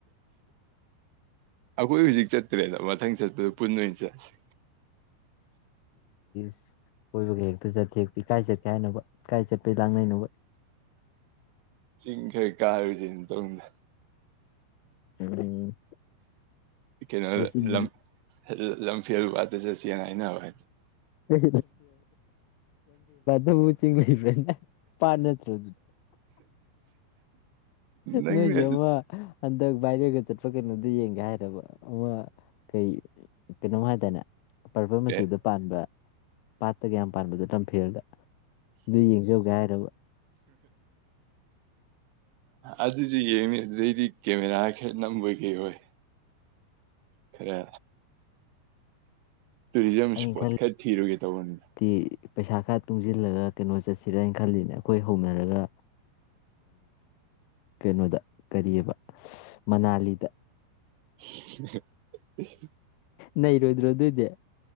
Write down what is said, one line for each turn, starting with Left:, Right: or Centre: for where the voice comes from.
Right: ꯑꯩꯈꯣꯏ ꯍꯧꯖꯤꯛ ꯆꯠꯇ꯭ꯔꯦꯗ ꯃꯊꯪ ꯆꯠꯄꯗ ꯄꯨꯟ ꯑꯣꯏꯅ ꯆꯠꯂꯁꯤ
Left: <inaudible> ꯍꯣꯏꯛꯇ ꯆꯦ ꯄꯤ ꯀꯥꯏ ꯆꯠ ꯀꯥꯏ ꯍꯥꯏꯅꯣꯕ ꯀꯀꯥꯏ ꯆꯠꯄ ꯂꯥꯡꯅꯩꯅꯣꯕ
Right: ꯆꯤꯡꯈꯩ ꯀꯥꯔꯨꯁ ꯇꯧꯗ
Left: ꯎꯝ
Right: ꯀꯩꯅꯣ
Left: ꯀꯩ ꯆꯤꯡꯗꯅꯣ
Right: ꯂꯝ ꯂꯝ ꯐꯦꯔꯨꯕꯠꯇ ꯆꯠꯁꯤꯦꯅ ꯍꯥꯏꯅꯕ ꯍꯥꯏꯗꯣ
Left: ꯀ ꯂꯝꯝꯕꯤ ꯆꯤꯡꯂꯤ ꯐ꯭ꯔꯦꯟ ꯄꯥꯔꯅ ꯔ
Right: ꯅꯪꯅ
Left: ꯅꯣꯏꯁꯃ ꯍꯟꯗꯛ ꯕꯥꯏꯔ ꯂꯩꯒ ꯆꯠꯄ ꯀꯩꯅꯣꯗ ꯌꯦꯡꯒꯦ ꯍꯥꯏꯔꯕ ꯑꯃ ꯀꯩ ꯀꯩꯅꯣꯝ ꯍꯥꯏꯇꯥꯔꯅꯦ ꯄꯔꯐ ꯃꯆꯨꯗ
Right: ꯑꯦ
Left: ꯄꯥꯟꯕ ꯄꯥꯠꯇ ꯀꯌꯥꯝ ꯄꯥꯟꯕꯗ ꯇꯝꯐꯤꯦꯜꯗ ꯑꯗꯨ ꯌꯦꯡꯖꯧꯒꯦ ꯍꯥꯏꯔꯕ
Right: ꯑꯗꯨꯁꯨ ꯌꯦꯡꯉ ꯑꯗꯨꯗꯩꯗꯤ ꯀꯦꯃꯦꯔꯥ ꯈꯔ ꯅꯝꯕꯒꯤꯩ ꯑꯣꯏ ꯈꯔ ꯇꯨꯔꯤꯖꯝ
Left: ꯑꯩꯅ
Right: ꯏꯁꯄꯣꯠ ꯈꯔ ꯊꯤꯔꯨꯒꯦ ꯇꯧꯕꯅꯤꯗ
Left: ꯈꯜꯂꯤꯗꯤ ꯄꯩꯁꯥ ꯈꯔ ꯇꯨꯡꯁꯤꯜꯂꯒ ꯀꯩꯅꯣ ꯆꯠꯁꯤꯔ ꯍꯥꯏꯅ ꯈꯜꯂꯤꯅꯦ ꯑꯩꯈꯣꯏ ꯍꯧꯅꯔꯒ ꯀꯩꯅꯣꯗ ꯀꯔꯤꯑꯕ ꯃꯅꯥꯂꯤꯗ
Right: <inaudible>
Left: ꯅꯩ ꯔꯣꯏꯗꯔꯑꯣ ꯑꯗꯨꯗꯦ